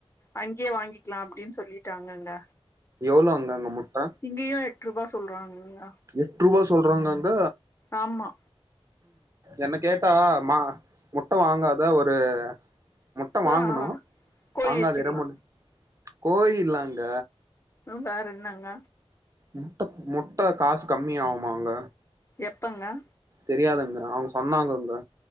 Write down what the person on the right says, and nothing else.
எவ்ளோங்க அங்க முட்ட
எட் ரூபா சொல்றாங்க அங்க
என்ன கேட்டா மா முட்டை வாங்காத ஒரு முட்டவாங்கணும்
வாங்காது
இட முன் கோயில் இலாங்க
முட்ட முட்ட காசு கம்மியாகுமாங்க
தெரியாதுங்க அவங்க சொன்னாங்கங்க